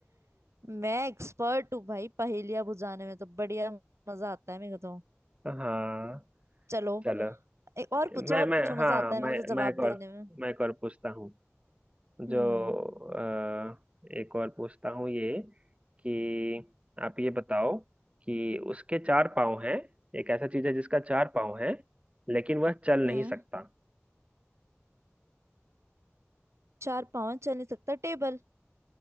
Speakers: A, on the right; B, on the right.
A: मैं एक्सपर्ट हूँ भाई पहेलियां बुझाने में तो बढ़िया मजा आता है मेरे को तो
B: <laughs> हाँ
A: चलो
B: चलो
A: एक और पूछो
B: मैं
A: और
B: मैं
A: पूछो मजा
B: हाँ
A: आता है
B: मैं
A: मेरे को तो जवाब
B: मैं एक
A: देने
B: और
A: में
B: मैं एक और पूछता हूँ
A: हम्म
B: जो अ, एक और पूछता हूँ ये कि आप ये बताओ कि उसके चार पाँव हैं एक ऐसा चीज है जिसका चार पाँव है लेकिन वह चल
A: हम्म
B: नहीं सकता
A: चार पाँव हैं, चल नहीं सकता टेबल